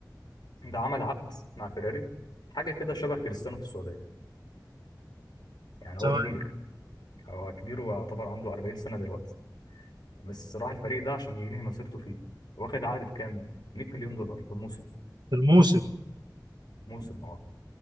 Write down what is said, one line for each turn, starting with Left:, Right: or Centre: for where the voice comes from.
Left: ده عمل عقد مع فيراري حاجة كده شبه كريستيانو في السعودية يعني هو
Right: تمام
Left: كبير هو كبير ويعتبر عنده 40 سنة دلوقتي بس راح الفريق ده عشان ينهي مسيرته فيه واخد عقد بكام؟ 100 مليون دولار في موسم
Right: في الموسم
Left: موسم اه